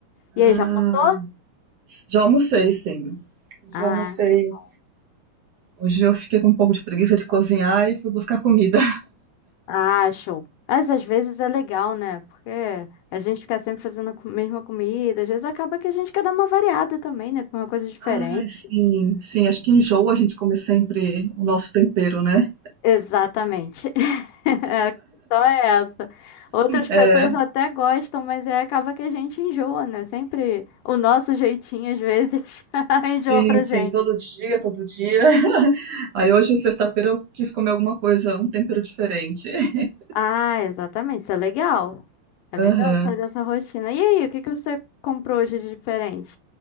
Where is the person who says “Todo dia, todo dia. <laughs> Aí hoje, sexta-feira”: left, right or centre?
Right